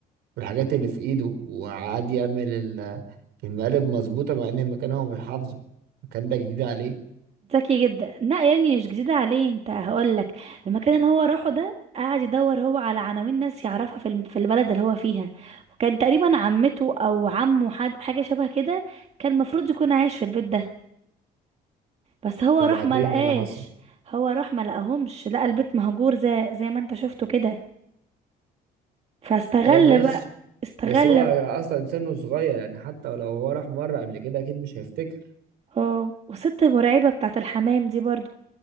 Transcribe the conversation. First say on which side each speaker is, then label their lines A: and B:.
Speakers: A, on the right; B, on the right.
A: بالحاجات اللي في ايده وقعد يعمل ال- المقالب مظبوطة مع ان المكان هو مش حافظه المكان ده جديد عليه
B: ذكي جدا لا يعني مش جديده عليه انت هقول لك المكان اللي هو راحه ده قعد يدور هو على عناوين ناس يعرفها في الم- في البلد اللي هو فيها وكان تقريبا عمته او عمه حد حاجه شبه كده كان المفروض يكون عايش في البيت ده بس هو
A: وبعدين
B: راح ما لقاش
A: ايه اللي حصل
B: هو راح ما لقاهمش لقى البيت مهجور زي زي ما انت شفته كده فاستغل
A: ايوه ماشي
B: بقى استغل
A: بس هو اصلا سنه صغير يعني حتى لو هو راح مره قبل كده اكيد مش هيفتكر
B: اه والست المرعبة بتاعة الحمام دي برضو